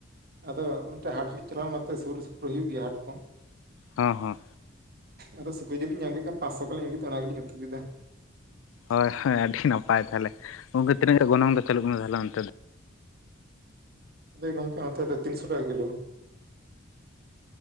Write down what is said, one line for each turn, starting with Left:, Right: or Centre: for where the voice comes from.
Right: ᱟᱫᱚ ᱚᱱᱛᱮ ᱦᱟᱴ ᱞᱤᱧ ᱪᱟᱞᱟᱣ ᱞᱮᱱᱟ ᱥᱩᱨ ᱥᱩᱯᱩᱨ ᱦᱩᱭᱩᱜ ᱜᱮᱭᱟ ᱦᱟᱴ ᱠᱚ ᱾
Left: ᱦᱩᱸ ᱦᱩᱸ᱾
Right: ᱟᱫᱚ ᱥᱩᱠᱨᱤ ᱡᱤᱞ ᱞᱤᱧ ᱧᱟᱢ ᱠᱮᱫ ᱠᱷᱟᱱ ᱯᱟᱸᱥᱚ ᱠᱚᱞᱤᱧ ᱟᱹᱜᱩ ᱠᱮᱫᱟ ᱚᱱᱟ ᱜᱮᱞᱤᱧ ᱩᱛᱩ ᱠᱮᱫᱟ᱾
Left: ᱦᱳᱭ ᱦᱳᱭ ᱟᱹᱰᱤ ᱱᱟᱯᱟᱭ ᱛᱟᱦᱞᱮ᱾ ᱜᱚᱝᱠᱮ ᱛᱤᱱᱟᱹᱜ ᱜᱟᱱ ᱜᱚᱱᱚᱝ ᱫᱚ ᱪᱟᱹᱞᱩᱜ ᱠᱟᱱᱟ ᱛᱟᱦᱞᱮ ᱚᱱᱛᱮ?
Right: ᱜᱚᱝᱠᱮ ᱱᱚᱛᱮ ᱫᱚ ᱛᱤᱱᱥᱚ ᱴᱟᱠᱟ ᱠᱤᱞᱳ᱾